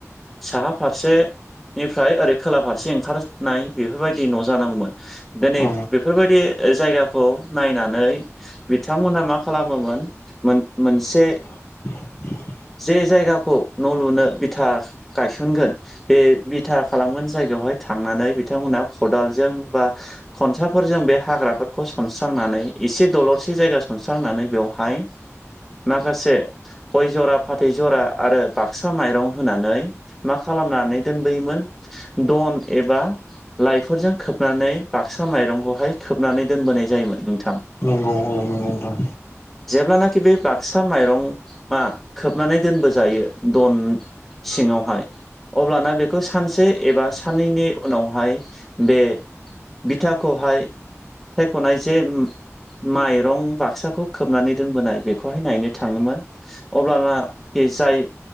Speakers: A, in the centre; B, on the left.
A: साहा फारसेनिफ्राय ओरै खोला फारसे ओंखार नाय बेफोरबायदि न' जानांगौमोन दिनै
B: औ
A: बे फोरबायदि जायगाखौ नायनानै बिथांमोना मा खालामोमोन मोन-मोनसे
B: <inaudible>
A: जे जायगाखौ न' लुनो बिथा गायसनगोन बे बिथा खालामगोन जायगायावहाय थांनानै बिथांमोनहा खदालजों बा खनसाफोरजों बे हाग्राफोरखौ सनस्रांनानै एसे दलर सेजायगा सनस्रांनानै बेहाय माखासे गय जरा फाथै जरा आरो बाक्सा माइरं होनानै मा खालामनानै दोनबोयोमोन दन एबा लाइफोरजों खोबनानै बाक्सा माइरंखौहाय खोबनानै दोनबोनाय जायोमोन। नोंथां
B: नोंगौ औ नोंगौ नोंथां
A: जेब्लानाखि बे बाक्सा माइरं‌ आ खोबनानै दोनबो जायो दन सिङावहाय अब्लाना बेखौ सानसे एबा साननैनि उनावहाय बे बिथाखौहाय सायख'नाय जे माइरं बाक्साखौ खोबनानै दोनबोनाय बेखौहाय नायनो थाङोमोन। अब्लानाखि जाय